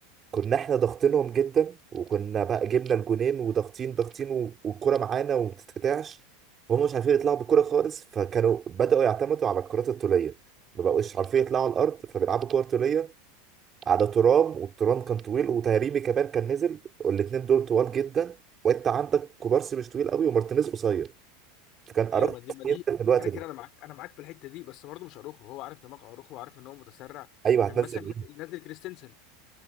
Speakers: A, on the right; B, on the left.
A: كنا احنا ضاغطينهم جدا وكنا بقى جبنا الجونين وضاغطين ضاغطين و- والكرة معانا وما بتتقطعش وهم مش عارفين يطلعوا بالكرة خالص فكانوا بدأوا يعتمدوا على الكرات الطولية ما بقوش عارفين يطلعوا على الأرض فبيلعبوا كرة طولية على ترام والترام كان طويل وتهريبي كمان كان نزل والاتنين دول طوال جدا وانت عندك كوبارسي مش طويل قوي ومارتينيز قصير فكان
B: ايوه
A: أراخو
B: ما دي ما دي
A: ينزل في الوقت
B: ما كده كده
A: ده
B: انا معاك انا معاك في الحته دي بس برضه مش اروخو هو عارف دماغ اروخو وعارف ان هو متسرع
A: ايوه
B: كان
A: هتنزل
B: مثلا نازل
A: مين؟
B: نازل كريستنسن